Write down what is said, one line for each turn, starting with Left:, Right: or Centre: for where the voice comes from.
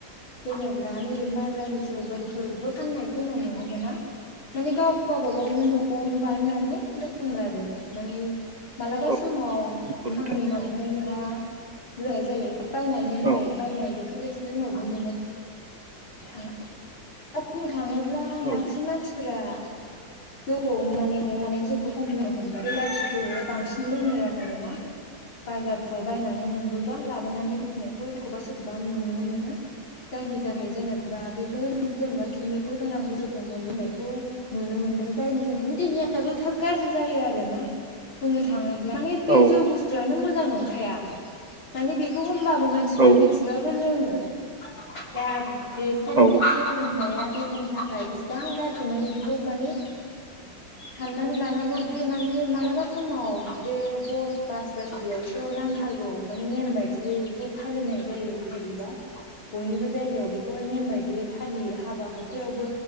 Left: जेनेब्ला नैबे माइब्रानि जौगायफोरावबो फाननायखौ नुनो मोना माने गाव गावबा गावनो न'आवनो बानायनानै लोङो आरो माने मालाबा
Right: औ
Left: समाव
Right: नंगौ
Left: खामानि
Right: नोंथां
Left: मावनानै दा होनाय जायो बायनानै होननाय
Right: औ
Left: बायनाय बेफोरबायदिखौ जोंनावबो मोनो थाङा दा बुंनो थाङोब्ला
Right: औ
Left: बांसिन मानसिफोरा जौगनो माने न'आव लनानै जोखौ हमनो हमबाय बेलाथि जौआवाय बांसिन लोङो आरोना बाजारफ्राव बायनानै मोनबोबा लाबोनानै दोनफैनायफ्राव सोरखौबा सोरखौबा नुनो मोनो जायनि जाहै जेनेबा बेफोर जेनेबा केमिकेल गोनां जौखौ लोंनायखौ नुनो मोन्दों जायनि थाखायनो देहायाबो थाब गाज्रि जायो आरोना बुंनो थाङोब्ला माने बे
Right: औ
Left: जौ बुस्थुआनो मोजां नंखाया माने बेखौ होनबाबो मान मानसिफ्रा
Right: औ
Left: मिथिबाबो लोङो दा बेबायदि
Right: औ
Left: जौ लोंनाया देहानि थाखाय बिसिबां गाज्रि माने बेखौ माने साननानै लानांगौदि माने मालाबा समाव बे बस बास बासियावो नांथारगौ माने नेम बायदियै बेखौ फालिनाय जायो उफाय गैया बयनिबो जायगायाव बेखौ बेखौहाय नेम बायदियै फालियो हाबा हुखायावबो